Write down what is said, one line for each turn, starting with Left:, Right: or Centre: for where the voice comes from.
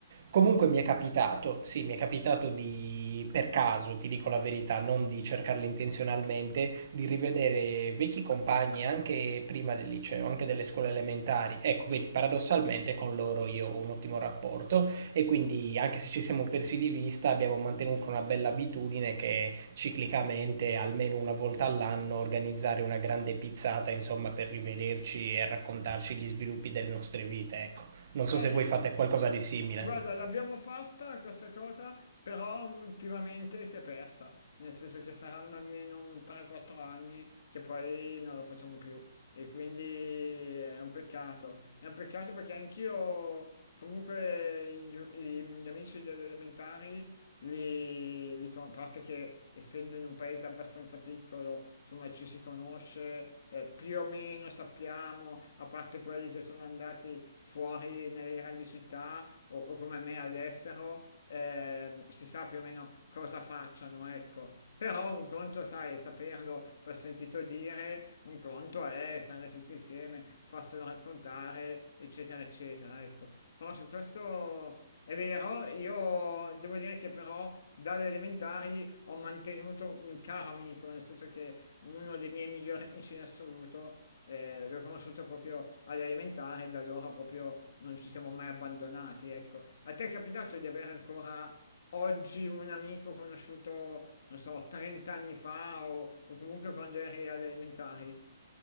Right: Comunque mi è capitato, sì, mi è capitato di, per caso, ti dico la verità, non di cercarlo intenzionalmente, di rivedere vecchi compagni anche prima del liceo, anche delle scuole elementari. Ecco, vedi, paradossalmente con loro io ho un ottimo rapporto e quindi anche se ci siamo persi di vista abbiamo mantenuto una bella abitudine che ciclicamente, almeno una volta all'anno, organizzare una grande pizzata, insomma, per rivederci e raccontarci gli sviluppi delle nostre vite, ecco. Non so
Left: Eh,
Right: se voi fate qualcosa di simile.
Left: Guarda, l'abbiamo fatta questa cosa, però ultimamente si è persa, nel senso che saranno almeno un 3-4 anni che poi non la facciamo più e quindi è un peccato. È un peccato perché anch'io, comunque, i gio- i- gli amici delle elementari li, li con- a parte che essendo in un paese abbastanza piccolo, insomma ci si conosce, eh, più o meno sappiamo, a parte quelli che sono andati fuori nelle grandi città o, o come me all'estero, ehm, si sa più o meno cosa facciano, ecco. Però un conto, sai, saperlo per sentito dire, un conto è stare tutti insieme, farselo raccontare, eccetera, eccetera, ecco. Però su questo è vero, io devo dire che però dalle elementari ho mantenuto un caro amico, nel senso che uno dei miei migliori amici in assoluto eh, l'ho conosciuto proprio alle elementari e da allora proprio non ci siamo mai abbandonati, ecco. A te è capitato di avere ancora oggi un amico conosciuto, non so, 30 anni fa o, o comunque quando eri alle elementari?